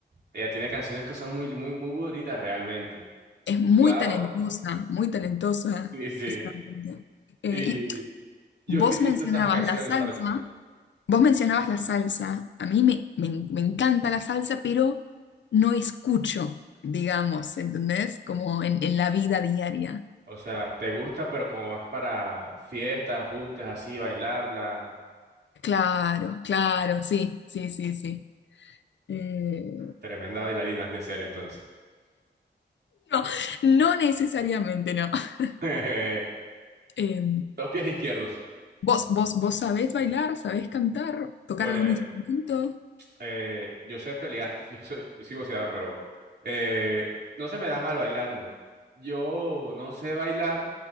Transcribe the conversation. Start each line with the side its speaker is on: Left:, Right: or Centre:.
Right: ella tiene canciones que son muy, muy, muy bonitas realmente.
Left: Es muy
Right: Claro.
Left: talentosa, muy talentosa
Right: Sí, sí.
Left: esa cantante. Eh,
Right: Y
Left: y
Right: yo
Left: vos
Right: utilizo
Left: mencionabas
Right: esas canciones
Left: la salsa,
Right: para entrenar.
Left: vos mencionabas la salsa, a mí me, me me encanta la salsa, pero no escucho, digamos, ¿entendés? Como en en la vida diaria.
Right: O sea, te gusta, pero como vas para fiestas, juntas, así, bailarla.
Left: Claro, claro, sí, sí, sí, sí. Eh,
Right: Tremenda bailarina has de ser entonces.
Left: no, no necesariamente no. <laughs>
Right: <laughs> ¿Qué?
Left: Eh,
Right: Dos pies izquierdos.
Left: ¿vos, vos, vos sabés bailar, sabés cantar, tocar
Right: Pues
Left: algún instrumento?
Right: eh, yo sé pelear, <laughs> yo soy, yo soy boxeador, pero eh, no se me da mal bailando. Yo no sé bailar,